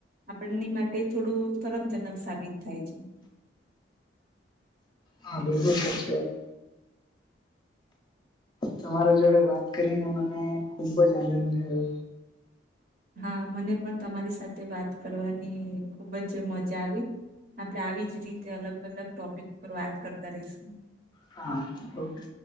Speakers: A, on the right (about 50°); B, on the left (about 25°).
A: આપણની માટે થોડું શરમજનક સાબિત થાય છે.
B: હા બલકુ સાચી વાત તમારા જોડે વાત કરીને મને ખુબ જ આનંદ થયો.
A: હા મને પણ તમારી સાથે વાત કરવાની ખુબ જ મજા આવી. આપડણે આવી જ રીતે અલગ અલગ ટોપિક ઉપર વાત કરતા રહીશું.
B: હા ઓકે.